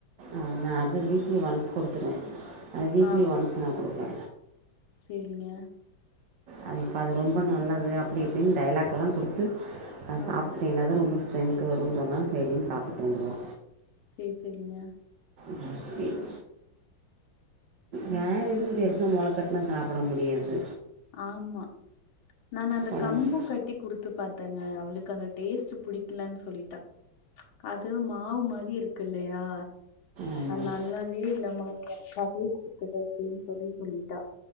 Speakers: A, on the right; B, on the left.
A: ஆ நா அது வீக்லி ஒன்ஸ் குடுத்துருவ அது வீக்லி
B: ஆ
A: ஒன்ஸ் நா குடுப்பே
B: சேரிங்க
A: அது இப்ப அது ரொம்ப நல்லது அப்டி இப்டின் டைலாக்குலா குடுத்து அது
B: ஆ
A: சாப்டின்னதா ரொம்ப ஸ்ட்ரென்து வருன் சொன்னா சேரின் சாப்புட்டு வந்துருவா
B: சேர் சேரிங்க
A: பாசிப்பயிறு வேற எதுவு பெருசா மொளகட்னா சாப்புட முடியாது
B: ஆமா நானு அந்த
A: குழந்தை
B: கம்பு கட்டி குடுத்து பாத்தங்க அவுளுக்கு அத டேஸ்ட்டு புடி இல்லன் சொல்லிட்டா அது மாவு மாரி இருக்குல்லயா
A: ஆமாம்
B: அது நல்லாவே இல்ல மாவ் வு எனக்கு அதுவே குடுத்துரு அப்டின் சொல்லி சொல்லிட்டா